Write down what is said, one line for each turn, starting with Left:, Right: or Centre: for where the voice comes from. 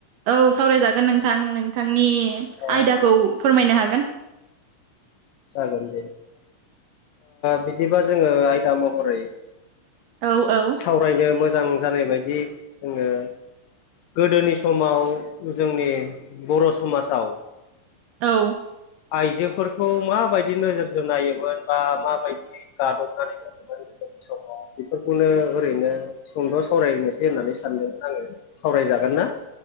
Right: औ सावरायजागोन नोंथां नोंथांनि
Left: अ
Right: आयदाखौ फोरमायनो हागोन
Left: जागोन दे बिदिबा जोङो आयदा महरै
Right: औ औ
Left: सावरायनो मोजां जानाय बायदि जोङो गोदोनि समाव जोंनि बर' समाजाव
Right: औ
Left: आइजोफोरखौ माबायदि नोजोरजों नायोमोन बा माबायदि गादबनानै जादोंमोन स बेफोरखौनो ओरैनो सुंद' सावरायनोसै होननानै सानदों आङो सावराय जागोन ना?